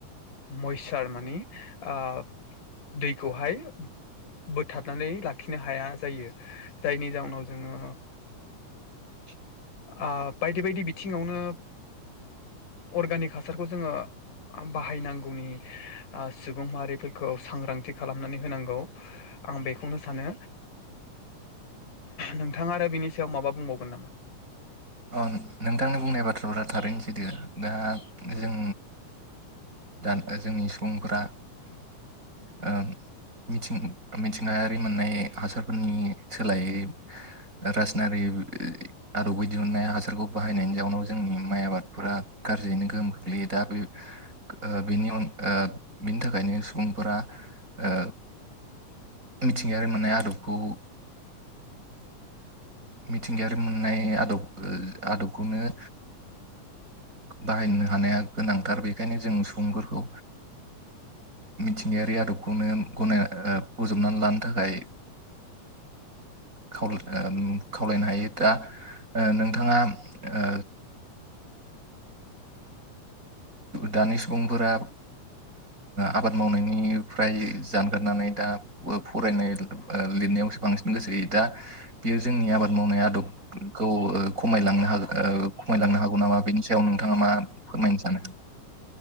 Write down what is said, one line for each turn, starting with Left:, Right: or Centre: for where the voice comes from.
Left: मैसार मानि आ दैखौहाय बोथाबनानै लाखिनो हाया जायो जायनि जाउनाव जोङो
Right: <inaudible>
Left: आ बायदि बायदि बिथिङावनो अर्गानिक हासारखौ जोङो बाहायनांगौ गावनि आ सुबुं माहारिफोरखौ सांग्रांथि खालामनानै होनांगौ आं बेखौनो सानो नोंथाङा आरो बिनि सायाव माबा बुंबावगोन नामा?
Right: औ नोंथांनि बुंनाय बाथ्राफ्रा थारैनो दा जों दा जोंनि सुबुंफोरा ओ मिथिं मिथिंगायारि मोननाय हासारफोरनि सोलायै राजनारि आरो बै दिहुननाय हासारखौ बाहायनायनि जाउनाव जोंनि माइ आबादफोरा गाज्रियैनो गोहोम खोख्लैयो दा बे ओ बिनि बिनि थाखायनो सुबुंफोरा ओ मिथिंगायारि मोननाय आदबखौ ओ मिथिंगायारि मोननाय आदब आदबखौनो ओ बाहायनो हानाया गोनांथार बेखायनो जों सुबुंफोरखौ मिथिंगायारि आदबखौनो गनाय बजबनानै लानो थाखाय खावलाय ओ खावलायनो हायो दा ओ नोंथाङा ओ दानि सुबुंफोरा आबाद मावनायनिफ्राय जानगारनानै दा फरायनाय लिरनाय बांसिन गोसो होयो दा बेयो जोंनि आबाद मावनाय आदबखौ खमायलांनो हागोन खमायलांनो हागौ नामा बेनि सायाव नोंथाङा मा फोरमायनो सानो